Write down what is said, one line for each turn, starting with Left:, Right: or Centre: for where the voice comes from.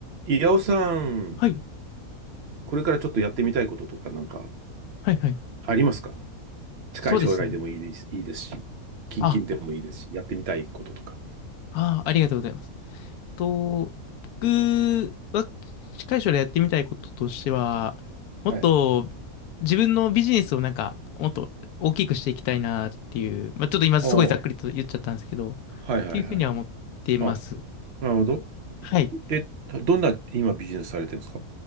Right: 岩尾さん、
Left: はい。
Right: これからちょっとやってみたいこととかなんか
Left: はいはい。
Right: ありますか近い将来でもいいです、
Left: そうですね。
Right: いいですし、近々でもいいですし、
Left: あ、
Right: やってみたいこととか。
Left: あー、ありがとうございます。と、僕は近い将来やってみたいこととしては、もっと
Right: はい。
Left: 自分のビジネスをなんか、もっと大きくしていきたいなっていう、まあ、ちょっと今すごいざっくりと言っちゃったんですけど、
Right: ああ、は
Left: っ
Right: いはいはい。
Left: ていうふうには思ってます。
Right: あ、なるほど。
Left: はい。
Right: え、どんな今ビジネスされてるんですか